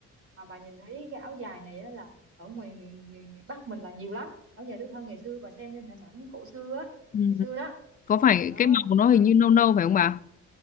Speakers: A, on the right; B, on the left.
A: mà bà nhìn thấy cái áo dài này á là ở ngoài miền miền miền Bắc mình là nhiều lắm áo dài tứ thân ngày xưa bà xem trên hình ảnh cổ xưa á
B: Ừ.
A: ngày xưa đó
B: Có phải
A: đó
B: cái màu
A: mà
B: nó hình như nâu nâu phải không bà?